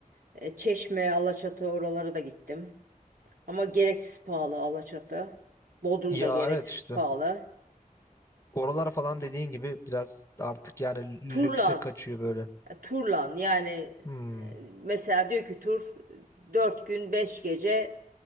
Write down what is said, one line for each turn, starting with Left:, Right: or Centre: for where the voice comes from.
Right: E, Çeşme, Alaçatı oralara da gittim. Ama gereksiz pahalı Alaçatı. Bodrum
Left: Ya
Right: da gereksiz
Left: evet işte.
Right: pahalı.
Left: Oralar falan dediğin gibi biraz artık yani lükse
Right: Turlan.
Left: kaçıyor böyle.
Right: e, Turlan yani
Left: Hmm.
Right: e, mesela diyor ki tur 4 gün 5 gece